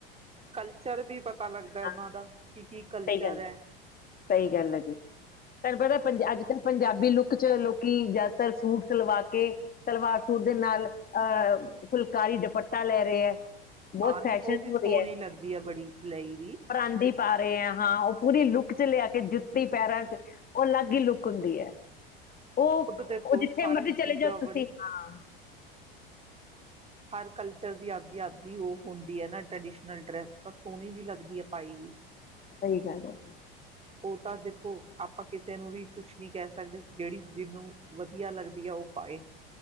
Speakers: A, on the right; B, on the left.
A: ਕਲਚਰ ਵੀ ਪਤਾ ਲੱਗਦਾ ਉਹਨਾਂ
B: ਹਾਂ
A: ਦਾ ਕੀ ਕੀ ਕਲਚਰ
B: ਸਹੀ ਗੱਲ
A: ਹੈ।
B: ਸਹੀ ਗੱਲ ਹੈ ਜੀ। ਤੈਨੂੰ ਪਤਾ ਪੰਜ ਅੱਜ ਕੱਲ੍ਹ ਪੰਜਾਬੀ ਲੁੱਕ ਚ ਲੋਕੀ ਜਾ ਸੂਟ ਸਲਵਾ ਕੇ ਸਲਵਾਰ ਸੂਟ ਦੇ ਨਾਲ ਅਹ ਫੁਲਕਾਰੀ ਦੁਪੱ ਤਾਂ ਲੈ ਰਹੇ ਹੈ ਬਹੁਤ
A: ਹਾਂ ਨਹੀਂ
B: ਫੈਸ਼ਨ
A: ਉਹ ਵੀ
B: ਹੋ
A: ਸੋਹਣੀ
B: ਰਿਹਾ ਹੈ
A: ਲੱਗਦੀ ਐ ਬੜੀ ਲਈ ਵੀ।
B: ਪਰਾਂਦੀ ਪਾ ਰਹੇ ਹੈ ਹਾਂ ਉਹ ਪੂਰੀ ਲੁੱਕ ਚ ਲਿਆ ਕੇ ਜੁ ਤੀ ਪੈਰਾਂ ਚ ਉਹ ਅਲੱਗ ਹੀ ਲੁੱਕ ਹੁੰਦੀ ਹੈ ਉਹ
A: ਖੁਦ ਦੇਖੋ
B: ਉਹ ਜਿੱਥੇ
A: ਸਾਰੀ
B: ਮਰਜ਼ੀ ਚਲੇ
A: ਚੀਜ਼ਾਂ
B: ਜਾਓ ਤੁਸੀਂ
A: ਬੜੀ
B: ਹਾਂ।
A: ਹਰ ਕਲਚਰ ਦੀ ਆਪਦੀ ਆਪਦੀ ਉਹ ਹੁੰਦੀ ਹੈ ਨਾ ਟਰਡੀਸ਼ਨਲ ਡਰੈਸ ਤਾਂ ਸੋਹਣੀ ਵੀ ਲੱਗਦੀ ਹੈ ਪਾਈ ਵੀ।
B: ਸਹੀ ਗੱਲ ਹੈ।
A: ਉਹ ਤਾਂ ਦੇਖੋ ਆਪਾਂ ਕਿਸੇ ਨੂੰ ਵੀ ਕੁਛ ਨਹੀਂ ਕਹਿ ਸਕਦੇ ਜਿਹੜੀ ਜਿਹਨੂੰ ਵਧੀਆ ਲੱਗਦੀ ਹੈ ਊਹ ਪਾਏ।